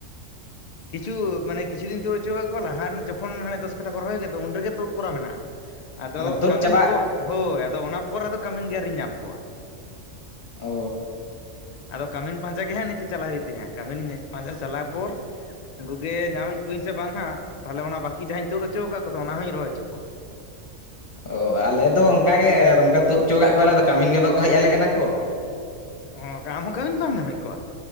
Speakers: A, on the left; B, on the left.
A: ᱾ ᱠᱤᱪᱷᱩ ᱢᱟᱱᱮ ᱠᱤᱪᱷᱩ ᱫᱩᱧ ᱛᱩᱫ ᱦᱚᱪᱚ ᱟᱠᱟᱫ ᱠᱚᱣᱟ ᱞᱟᱦᱟ ᱨᱮ ᱡᱚᱠᱷᱚᱱ ᱦᱟᱱᱮ ᱫᱚᱥ ᱠᱟᱴᱷᱟ ᱠᱚ ᱨᱚᱦᱚᱭ ᱠᱮᱫ ᱫᱚ ᱩᱱ ᱨᱮᱜᱮ ᱛᱩᱫ ᱠᱚᱨᱟ ᱢᱮᱱᱟᱜᱼᱟ ᱾ ᱟᱫᱚ
B: ᱢᱟᱱᱮ ᱛᱩᱫ
A: ᱠᱟᱹᱢᱤᱱ
B: ᱪᱟᱵᱟᱜ
A: ᱠᱚ ᱦᱳᱭ ᱟᱫᱚ ᱚᱱᱟ ᱯᱚᱨ ᱟᱫᱚ ᱠᱟᱹᱢᱤᱱ ᱜᱮ ᱟᱣᱨᱤᱧ ᱧᱟᱢ ᱠᱚᱣᱟ ᱾
B: ᱚ ᱾
A: ᱟᱫᱚ ᱠᱟᱹᱢᱤᱱ ᱯᱟᱸᱡᱟ ᱜᱮ ᱦᱟᱸᱜ ᱱᱤᱛᱳᱜ ᱪᱟᱞᱟᱜ ᱦᱩᱭᱩᱜ ᱛᱤᱧᱟ ᱠᱟᱹᱢᱤᱱ ᱯᱟᱸᱡᱟ ᱪᱟᱞᱟᱣ ᱯᱚᱨ ᱩᱱᱠᱩ ᱜᱮ ᱧᱟᱢᱮᱫ ᱠᱩᱣᱟᱹᱧ ᱥᱮ ᱵᱟᱝ ᱦᱟᱸᱜ ᱛᱟᱦᱚᱞᱮ ᱚᱱᱟ ᱵᱟᱠᱤ ᱡᱟᱦᱟᱧ ᱛᱩᱫ ᱦᱚᱪᱚ ᱠᱟᱫ ᱠᱚᱫᱚ ᱚᱱᱟ ᱦᱚᱧ ᱨᱚᱦᱚᱭ ᱪᱚ ᱠᱚᱣᱟ ᱾
B: ᱚ ᱟᱞᱮ ᱫᱚ ᱚᱝᱠᱟᱜᱮ ᱚᱱᱠᱟ ᱛᱩᱫ ᱫᱚ ᱠᱟᱜ ᱠᱚᱣᱟᱞᱮ ᱟᱫᱚ ᱠᱟᱹᱢᱤᱱ ᱜᱮ ᱵᱟᱠᱚ ᱦᱮᱡ ᱟᱞᱮ ᱠᱟᱱᱟ ᱠᱚ ᱾
A: ᱚ ᱟᱢᱦᱚᱸ ᱠᱟᱹᱢᱤᱱ ᱵᱟᱢ ᱧᱟᱢᱮᱫ ᱠᱚᱣᱟ?